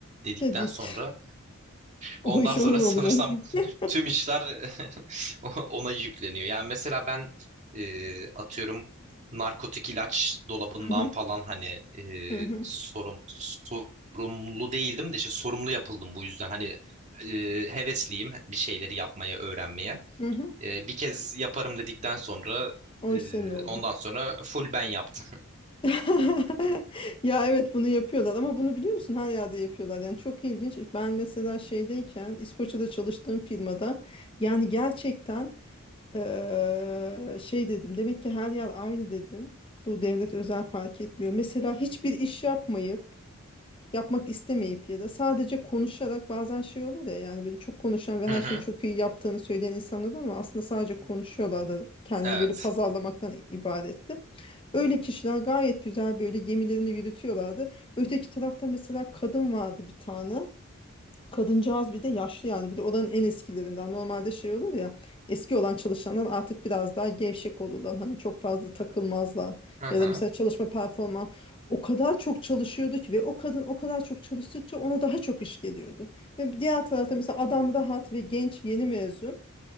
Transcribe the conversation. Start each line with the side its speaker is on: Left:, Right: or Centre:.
Right: dedikten
Left: Dediyse
Right: sonra
Left: <laughs>
Right: Ondan
Left: o iş
Right: sonra
Left: onun oluyor.
Right: sanırsam <laughs>
Left: <laughs>
Right: tüm işler <laughs> o- ona yükleniyor. Yani mesela ben e, atıyorum narkotik ilaç dolabından
Left: Hı hı.
Right: falan hani e,
Left: Hı hı.
Right: sorum sorumlu değildim de işte sorumlu yapıldım bu yüzden. Hani e, hevesliyim bir şeyleri yapmaya, öğrenmeye.
Left: Hı hı.
Right: E, bir kez yaparım dedikten sonra
Left: O
Right: e,
Left: iş senin oldu.
Right: ondan sonra full ben yaptım.
Left: <laughs> Ya evet bunu yapıyorlar ama bunu biliyor musun her yerde yapıyorlar yani çok ilginç ben mesela şeydeyken İskoçya'da çalıştığım firmada yani gerçekten Eee, şey dedim demek ki her yer aynı dedim. Bu devlet özel fark etmiyor. Mesela hiçbir iş yapmayıp yapmak istemeyip ya da sadece konuşarak bazen şey olur ya yani böyle çok konuşan ve
Right: <laughs>
Left: her
Right: Hı hı.
Left: şeyi çok iyi yaptığını söyleyen insanlar var ama aslında sadece konuşuyorlar da kendini
Right: Evet.
Left: böyle pazarlamaktan ibaretti. Öyle kişiler gayet güzel böyle gemilerini yürütüyorlardı. Öteki tarafta mesela kadın vardı bir tane. Kadıncağız bir de yaşlı yani bir de oranın en eskilerinden normalde şey olur ya eski olan çalışanlar artık biraz daha gevşek olurlar hani çok fazla takılmazlar
Right: Hı
Left: ya
Right: hı.
Left: da mesela çalışma performans o kadar çok çalışıyordu ki ve o kadın o kadar çok çalıştıkça ona daha çok iş geliyordu ve diğer tarafta mesela adam rahat ve genç yeni mezun